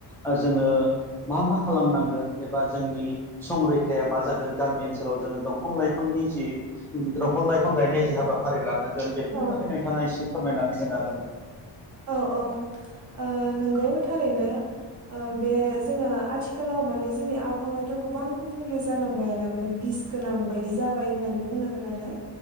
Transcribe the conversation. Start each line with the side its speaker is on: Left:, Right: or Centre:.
Centre: ओ जोङो मा मा खालामनांगोन एबा जोंनि संरैखाया मा जागोन गामि ओनसोलाव जोङो दंफां लाइफांनि नि जि दंफां लाइफां गायनाय जि हाबाफारि लानो जों बेफोरनि
Right: औ
Centre: बागै नोंथाङा एसे फोरमायनानै होनो हागोन
Right: औ औ ओ नंगौ थारैनो ओ बे जोङो आथिखालाव माने जोंनि आबहावायाथ' गोबां गुबुंले जालांबायानो माने बिस गोनां बायदि जाबाय होननानै बुंनांगोन आरो